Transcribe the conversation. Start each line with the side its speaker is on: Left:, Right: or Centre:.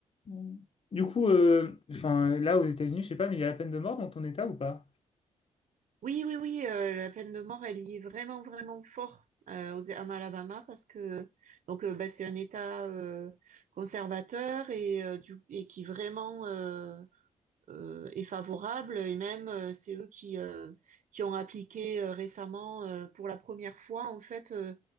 Left: Mm. Du coup, euh, enfin, là, aux États-Unis, je sais pas, mais il y a la peine de mort dans ton État ou pas?
Right: Oui, oui, oui, euh, la peine de mort, elle y est vraiment, vraiment fort euh, aux, en Alabama parce que donc euh, bah, c'est un État euh, conservateur et, euh, du, et qui vraiment euh, euh, est favorable et même euh, c'est eux qui euh, qui ont appliqué euh, récemment euh, pour la première fois en fait euh,